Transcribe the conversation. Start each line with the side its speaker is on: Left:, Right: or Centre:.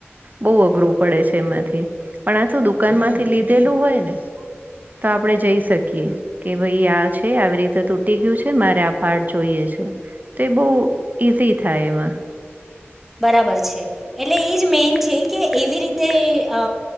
Right: બહુ અઘરું પડે છે એમાંથી પણ આછું દુકાન માંથી લીધેલું હોય ને તો આપણે જઈ શકીએ કેમ ભાઈ આ છે આવી રીતે તૂટી ગયું છે મારે આ પાર્ટ જોઈએ છે તો એ બહુ ઈઝી થાય એમાં
Centre: બરાબર છે એટલે એ જ મેન છે કે એવી રીતે અ